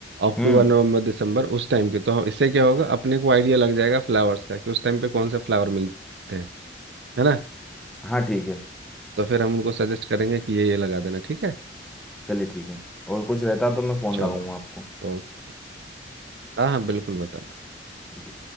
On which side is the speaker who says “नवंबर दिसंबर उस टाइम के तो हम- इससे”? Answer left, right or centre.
Right